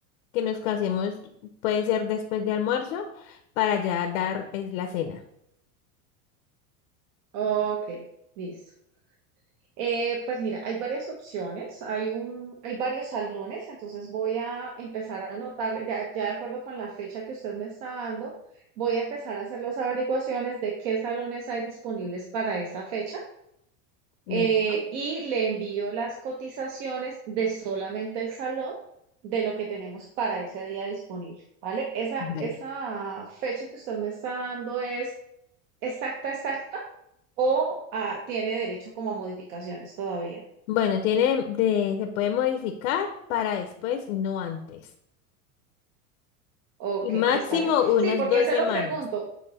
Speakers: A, on the left; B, on the right.
A: Que nos casemos, puede ser después de almuerzo, para ya dar es la cena.
B: Ok, listo. Eh, pues mira, hay varias opciones, hay un, hay varios salones, entonces voy a empezar a anotarle, ya, ya de acuerdo con la fecha que usted me está dando, voy a empezar a hacer las averiguaciones de qué salones hay disponibles para esa fecha
A: Listo.
B: eh, y le envío las cotizaciones de solamente el salón de lo que tenemos para ese día disponible, ¿vale? Esa,
A: Vale.
B: esa fecha que usted me está dando es exacta, exacta o ah, tiene derecho como a modificaciones todavía.
A: Bueno, tiene de- se puede modificar para después, no antes.
B: Ok,
A: Y máximo
B: está bien.
A: unas
B: Sí, porque
A: dos
B: se
A: semanas.
B: lo pregunto,